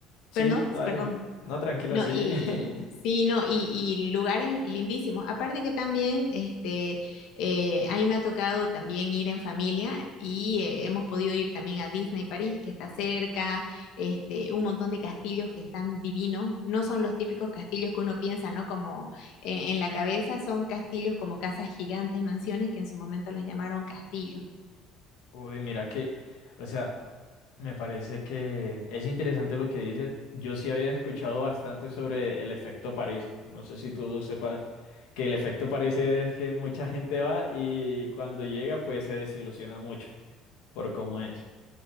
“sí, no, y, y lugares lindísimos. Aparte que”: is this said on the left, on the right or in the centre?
Left